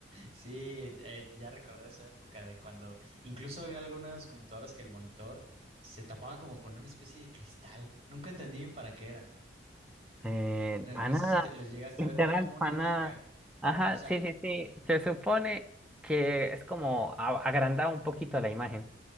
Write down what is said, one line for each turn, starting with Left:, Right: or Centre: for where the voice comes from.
Right: Sí, eh, ya recordé esa época de cuando incluso había algunas computadoras que el monitor se tapaba como con una especie de cristal. Nunca entendí bien para qué era.
Centre: Eh,
Right: No,
Centre: para
Right: no
Centre: nada,
Right: sé si te los llegaste
Centre: literal,
Right: a ver, era como una
Centre: para
Right: mica.
Centre: nada. Ajá,
Right: O sea,
Centre: sí, sí, sí. Se supone que es como a- agrandar un poquito la imagen,